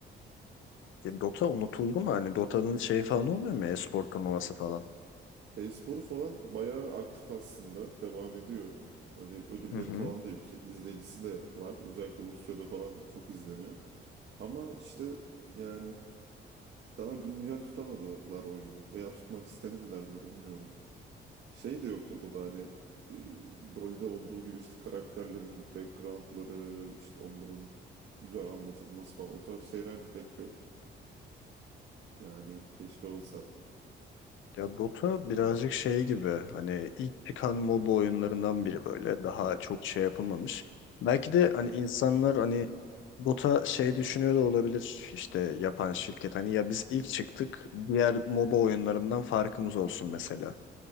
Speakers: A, on the left; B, on the right.
A: E, Dota unutuldu mu? Hani Dota'nın şeyi falan olmuyor mu? E-spor turnuvası falan.
B: E-sporu falan bayağı aktif aslında. Devam ediyor. Hani ödülleri
A: Hı hı.
B: falan da yüksek. İzleyicisi de var. Özellikle Rusya'da falan çok izleniyor. Ama işte yani daha güncel tutamadılar oyunu. Veya tutmak istemediler mi bilmiyorum. Şey de yok Toto'da hani e, LoL'de olduğu gibi işte karakterlerin backgroundları işte onların güzel anlatılması falan o tarz şeyler de pek yok. Yani keşke olsa.
A: Ya Dota birazcık şey gibi hani ilk çıkan MOBA oyunlarından biri böyle daha çok şey yapılmamış. Belki de hani insanlar hani Dota şey düşünüyor da olabilir işte yapan şirket hani ya biz ilk çıktık diğer MOBA oyunlarından farkımız olsun mesela.